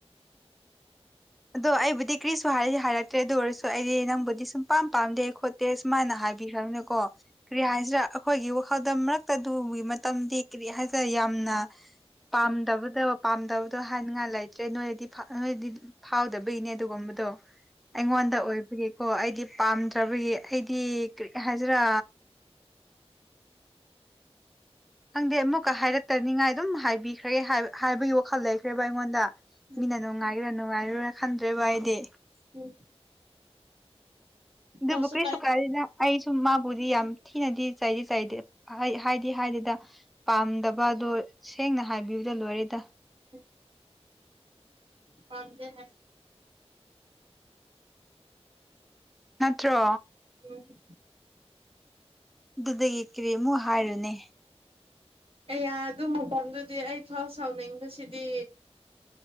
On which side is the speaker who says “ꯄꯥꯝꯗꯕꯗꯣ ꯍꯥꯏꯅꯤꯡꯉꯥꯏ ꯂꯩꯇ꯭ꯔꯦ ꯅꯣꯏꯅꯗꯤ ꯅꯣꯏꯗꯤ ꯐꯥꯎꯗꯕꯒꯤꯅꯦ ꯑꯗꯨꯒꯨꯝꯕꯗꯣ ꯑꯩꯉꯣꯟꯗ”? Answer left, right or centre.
Centre